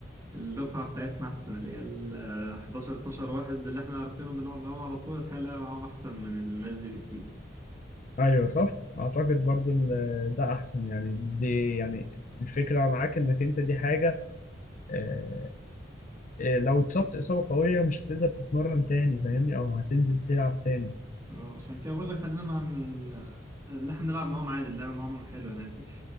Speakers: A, on the right; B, on the left.
A: الدفعه بتاعتنا احسن اللي هي ال 11 12 واحد اللي احنا عارفينهم بنلعب معاهم على طول الحقيقه اللعبة معاهم احسن من الناس دي بكتير
B: أيوة صح أعتقد برضو ال- ده أحسن يعني دي يعني الفكرة معاك إنك أنت دي حاجة آه، آه، لو اتصبت إصابة قوية مش هتقدر تتمرن تاني فاهمني أو هتنزل تلعب تاني
A: اه عشان كده بقول لك خلينا مع ال- اللي احنا نلعب معاهم عادي اللعبة معاهم حلوة يعني في-